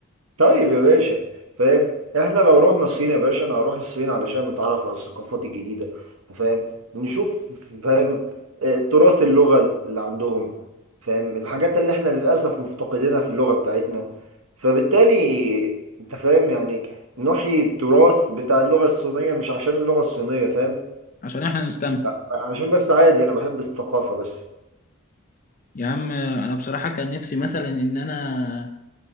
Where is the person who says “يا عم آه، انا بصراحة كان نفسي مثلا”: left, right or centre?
Left